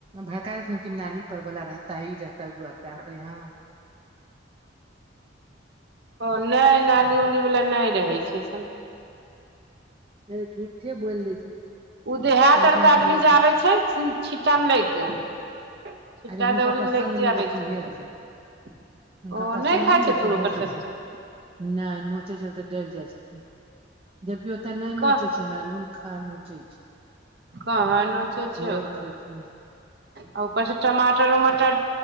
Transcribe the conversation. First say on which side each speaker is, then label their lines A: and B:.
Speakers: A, on the right (about 30°); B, on the right (about 55°).
A: भरका कि नाली पर वाला रहता ह ई रहता है ओ रहताै हमे यहाँ
B: ओ ने नाली उली वला ने रहै छै
A: ह रे झूठे बोल दै छै
B: देहात
A: काकम
B: आर के
A: खाना
B: <unintelligible> छिट्टा मे लै छिट्टा
A: अरे हुनका
B: दौरी
A: पसन्द
B: मे लैके
A: नहि
B: आबै
A: दै
B: छै
A: इहे
B: ओ
A: से हुनका पसन्द
B: नेय खाइ
A: नहि
B: छथुन
A: दै छै इहे
B: ओकर
A: से
B: सब्जि
A: से ने नोचे छै तऽ डर जाय छथिन जबकि ओते न
B: कह
A: नोचे छै हमरा रुन खहुँचै छै।
B: कहाँ नोचे
A: झोर
B: छै ओते
A: खैथुन
B: आ ऊपर से टमाटर उमाटर